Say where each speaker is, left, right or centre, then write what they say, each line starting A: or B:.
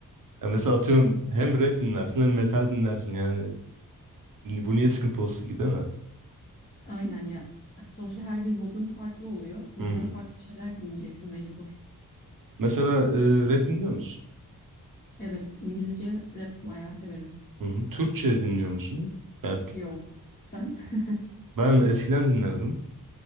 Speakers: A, on the right; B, on the left.
A: Ya mesela atıyorum hem rap dinlersin hem metal dinlersin. Yani bu niye sıkıntı olsun ki değil mi?
B: Aynen ya. Sonuçta her gün modun farklı oluyor. O
A: Hı
B: yüzden
A: hı.
B: farklı şeyler dinleyeceksin mecbur.
A: Mesela e, rap dinliyor musun?
B: Evet, İngilizce rap bayağı severim.
A: Hı hı. Türkçe dinliyor musun? Ya, t-
B: Yok. Sen? <laughs>
A: ben eskiden dinlerdim.